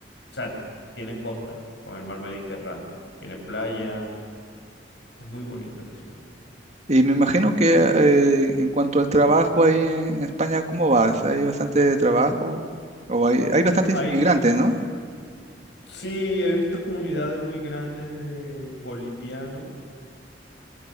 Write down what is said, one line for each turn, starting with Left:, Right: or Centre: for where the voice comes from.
Left: sea, tiene costa con el mar Mediterráneo, tiene playa, es muy bonita la ciudad.
Right: Y me imagino que eh, en cuanto al trabajo ahí en, en España, ¿cómo vas? ¿Hay bastante trabajo? O hay, hay bastantes
Left: Hay,
Right: inmigrantes, ¿no?
Left: sí, he visto comunidades muy grandes de bolivianos